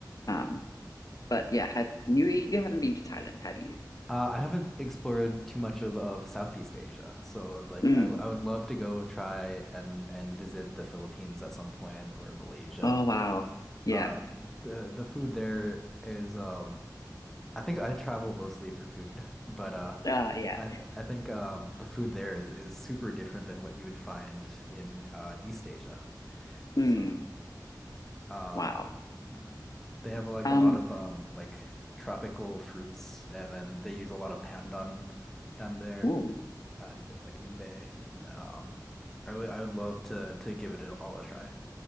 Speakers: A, on the left; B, in the centre.
A: Um, but yeah, have you you haven't been to Thailand, have you?
B: Uh, I haven't explored too much of, of Southeast Asia, so like
A: Mm.
B: I, w- I would love to go try and and visit the Philippines at some point or Malaysia.
A: Oh wow. Yeah.
B: Uh, the the food there is um I think I travel mostly for food, but uh
A: Uh yeah.
B: I th I think um the food there is is super different than what you would find in uh East Asia.
A: Mm.
B: So um
A: Wow.
B: mhm. They have like
A: Um
B: a lot of um like tropical fruits and then they use a lot of pandan down there.
A: ooh,
B: and like ube and um I would I would love to to give it all a try.